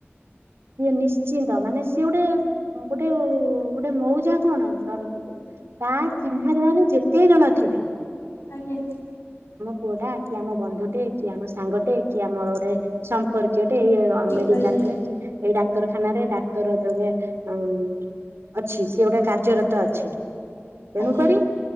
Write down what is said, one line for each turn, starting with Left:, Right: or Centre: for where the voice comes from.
Right: ନିଶ୍ଚିନ୍ତ ମାନେ ସିଏ ଗୋଟେ ଗୋଟେ ଗୋଟେ ମଉଜା କଣ ତର ତା। ଚିହ୍ନା ଜଣା ରେ ଯେତେ ଜଣ ଥିବେ।
Left: ଆଜ୍ଞା।
Right: ପୁଅ ଟା କି ଆମ ବନ୍ଧୁଟେ କି ଆମ ସାଙ୍ଗଟେ କି ଆମର। ସମ୍ପର୍କୀୟଟେ ଏଇ
Left: ଠିକ
Right: ମେଡିକାଲ
Left: କହିଲେ
Right: ରେ ଏଇ ଡା ଖାନରେ ଡାକ୍ତର ଯୋଗେ ଅଛି ସିଏ ଗୋଟେ କାର୍ଯ୍ୟରତ ଅଛି। ଏଣୁ
Left: ଆଜ୍ଞା
Right: କରି